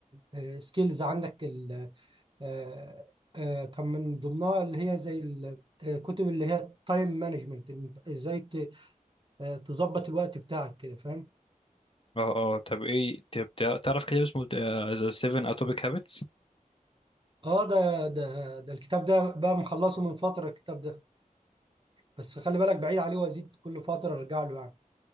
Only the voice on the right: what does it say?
السكيلز عندك ال آه، آه، كان من ضمنها اللي هي زي الكتب اللي هي تايم مانجمنت ازاي ت- آه، تظبط الوقت بتاعك كده فاهم
اه ده ده ده الكتاب ده بقى مخلصه من فترة الكتاب ده بس خلي بالك بعيد عليه وازيد كل فترة ارجع له يعني